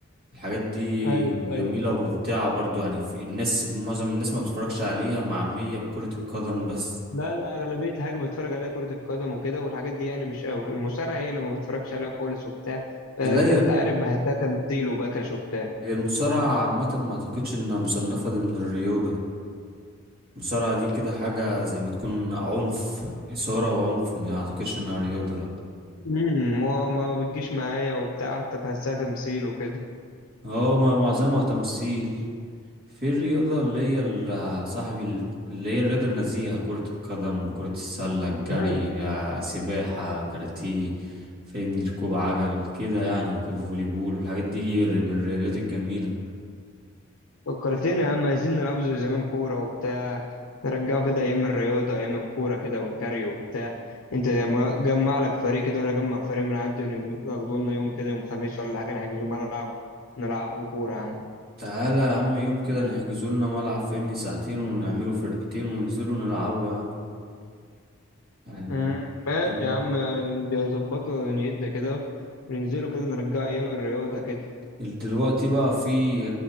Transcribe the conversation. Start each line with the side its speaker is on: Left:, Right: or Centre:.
Right: الحاجات دي
Left: ايوه
Right: جميلة
Left: ايوه
Right: وممتعة برضو يعني في الناس معظم الناس ما بتتفرجش عليها معمية بكرة القدم بس
Left: لا لا أغلبية حاجة بتفرج عليها كرة القدم وكده والحاجات دي يعني مش قوي المصارعة هي اللي ما بتفرجش عليها خالص وبتاع فت-
Right: لا
Left: أنت عارف بحسها تمثيل وبكش وبتاع
Right: هي المصارعة عامة ما اعتقدش انها مصنفة ضمن الرياضة المصارعة دي كده حاجة زي ما تكون عنف إثارة وعنف ما اعتقدش انها رياضة لا
Left: امم ما ما بتجيش معايا وبتاع حتى بحسها تمثيل وكده
Right: هو ما معظمها تمثيل في الرياضة اللي هي ال- صاحبي ال- اللي هي الرياضة النزيهة كرة القدم كرة السلة الجري
Left: آه،
Right: ده سباحة كاراتيه فاهمني ركوب عجل كده يعني كيف فولي بول والحاجات دي من الرياضات الجميلة
Left: فكرتني يا عم عايزين نلعبوا زي زمان كورة وبتاع نرجعوا كده أيام الرياضة أيام الكورة كده والجري وبتاع أنت جمع جمع لك فريق كده وأنا أجمع فريق من عندي ون- ياخدوا لنا يوم كده يوم خميس ولا حاجة نحجزوا ملعب نلعبوا كورة يا عم
Right: تعالى يا عم يوم كده نحجزوا لنا ملعب فاهمني ساعتين ونعملوا فرقتين وننزلوا نلعبوا يا عم يعني
Left: مم، ماشي
Right: أن-
Left: يا عم نبقى نظبطوا دنيتنا كده وننزلوا كده نرجع أيام الرياضة كده
Right: دلوقتي بقى في